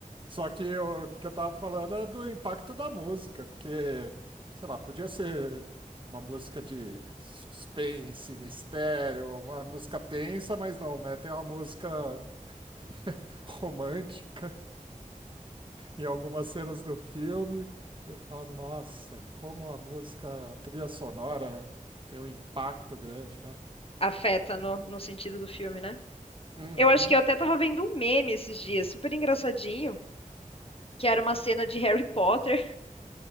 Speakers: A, on the right (about 35°); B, on the left (about 45°).
A: Só que o que eu tava falando é do impacto da música, porque, sei lá, podia ser uma música de suspense, mistério, uma música tensa, mas não, né? Tem uma música <laughs> romântica em algumas cenas do filme. E eu falo, nossa, como a música, a trilha sonora tem um impacto grande, né?
B: Afeta no, no sentido do filme, né?
A: Uhum,
B: Eu acho que eu até tava vendo um meme esses dias, super engraçadinho, que era uma cena de Harry Potter,